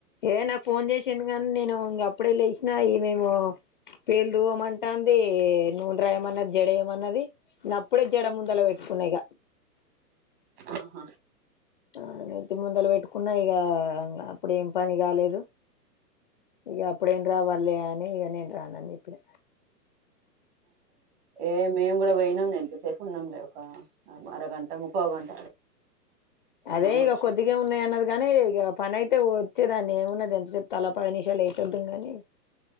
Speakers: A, on the left; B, on the right.
A: ఏ నాకు ఫోన్ చేసింది కానీ నేను ఇంగ అప్పుడే లేసినా ఈ మేమో పేలు దువమంటంధీ నూనే రాయమన్నద్ జడే ఏయమన్నది గ్ప్ ఇప్పుడే జడ ముందల పెట్టుకున్న ఇగ
B: ఆహ
A: ఆ నెత్తి ముందల వెట్టుకున్నా ఇగ అప్పుడేం పని కాలేదు. ఇగ అప్పుడేమ్ రావల్లే అని ఇగ నేన్ రానన్ జెప్పిన
B: ఏ మేమ్ గుడ వొయ్నాం ఎంతసేపున్నంలే ఒక అరగంట ముప్పావ్ గంట.
A: అదే
B: ఉన్నాము
A: ఇగ
B: వచ్చినాం
A: కొద్దిగే ఉన్నాయ్ అన్నది గాని ఇగ పనైతే వొచ్చేదాన్ని ఏమున్నది ఎంత సేపు తల పదినిమిషాలే. చేద్దుంగానీ